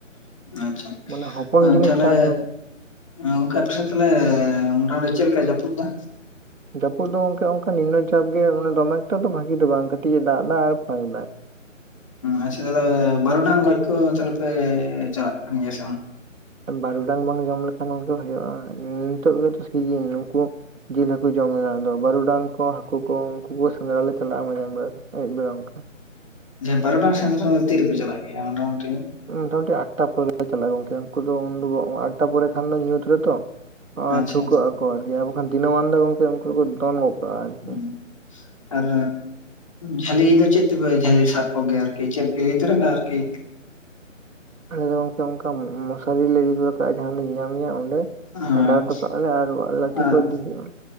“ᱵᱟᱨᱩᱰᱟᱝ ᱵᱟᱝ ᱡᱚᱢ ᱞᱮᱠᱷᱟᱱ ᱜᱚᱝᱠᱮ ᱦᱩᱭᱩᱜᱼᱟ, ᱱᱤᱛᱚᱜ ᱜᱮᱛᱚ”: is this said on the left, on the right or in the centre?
Right